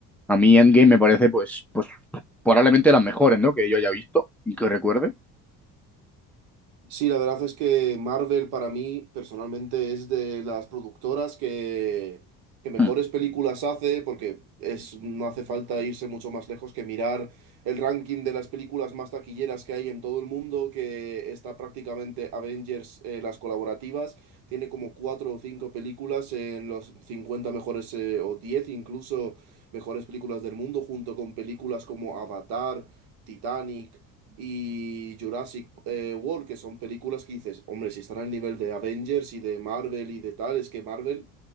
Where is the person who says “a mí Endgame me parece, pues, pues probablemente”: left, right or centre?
Centre